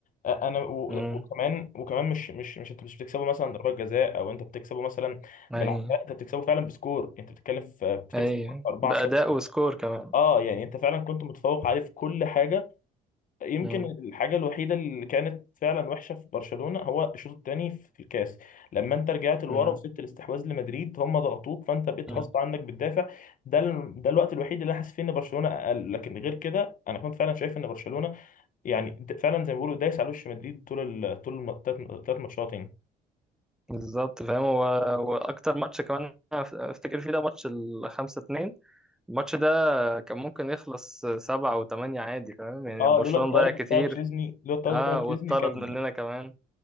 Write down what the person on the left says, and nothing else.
آه، انا و-
وكمان وكمان مش مش مش انت مش بتكسبه مثلا ضربات جزاء او انت بتكسبه مثلا بالعافيه
لا، انت بتكسبه فعلا بسكور انت بتتكلم في بتكسب
4-0
اه يعني انت فعلا كنت متفوق عليه في كل حاجه يمكن
الحاجه الوحيده اللي كانت فعلا وحشه في برشلونه هو الشوط الثاني في الكاس لما انت رجعت لورا
وسبت الاستحواذ لمدريد هم ضغطوك فانت بقيت
غصب عنك بتدافع ده ال... ده الوقت الوحيد اللي انا حاسس فيه ان برشلونه اقل لكن غير كده انا كنت فعلا شايف ان برشلونه يعني د- فعلا زي ما بيقولوا دايس على وش مدريد طول ال... طول الثلاث ماتشات يعني
اه
لولا الطرد
بتاع تشيزني لولا الطرد
بتاع تشيزني
كان